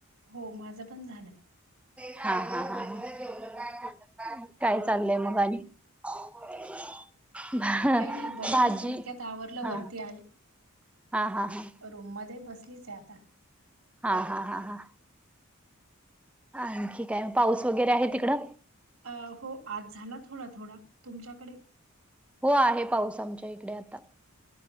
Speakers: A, on the right (about 80°); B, in the centre.
A: हो माझं पण झालं.
B: हा हा हा हा काय चाललंय मग आणि अवघड ये भा
A: काही नाही बसलीच
B: भाजी
A: इतक्यात आवरलं
B: हा
A: वरती
B: हा हा हा
A: रूम मध्ये बसलीच ये आता
B: हा हा हा हा आणखी काय पाऊस वगैरे आहे तिकडं
A: अ हो आज झाला थोडा थोडा तुमच्याकडे
B: हो आहे पाऊस आमच्या इकडे आता